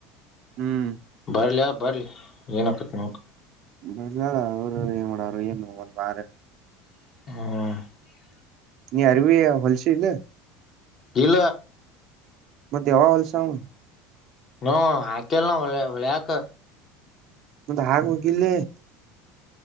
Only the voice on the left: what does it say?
ಬರ್ಲ ಬರ್ಲಿ ಏನ ಆಕತ ನೊಡ
ಹ್ಮ
ಇಲ್ಲ
ಹ್ಮ ಹಾಕೆಲ್ಲ ಒಳ್ಳೆ ಒಳ್ಳಕ